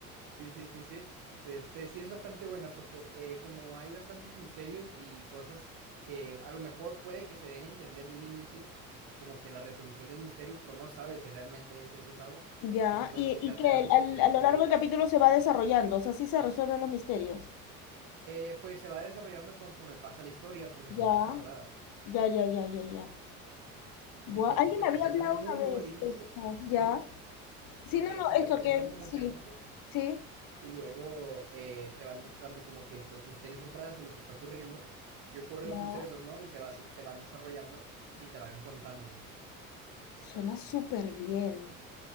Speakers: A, on the right; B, on the left.
A: Sí, sí, sí, sí. De este, sí es bastante buena porque eh, como hay bastantes misterios y cosas que a lo mejor puede que se den a entender de un inicio, como que la resolución del misterio, pero no sabes si realmente es eso, ¿sabes?
B: Ya,
A: Entonces
B: y, y
A: ya
B: que
A: te
B: al-
A: haces
B: al-
A: tu teoría
B: a lo largo
A: y
B: del capítulo se va desarrollando, o sea, así se resuelven los misterios.
A: eh, pues se va desarrollando conforme pasa la historia porque
B: Ya,
A: son tres temporadas.
B: Ya, ya, ya, ya, ya. Buah,
A: Entonces
B: alguien
A: te
B: me
A: presentan
B: había hablado
A: el mundo
B: una vez
A: al inicio,
B: de esta, ¿ya?
A: mande,
B: Sí,
A: ok,
B: no, no,
A: sí
B: eso
A: te presentan
B: que,
A: como
B: sí,
A: que el mundo.
B: sí,
A: y luego eh, te van mostrando como que los misterios detrás de lo que está ocurriendo y ocurren
B: ya.
A: sucesos, ¿no? Y se va, se van desarrollando y te van contando, ¿no?
B: Suena súper bien.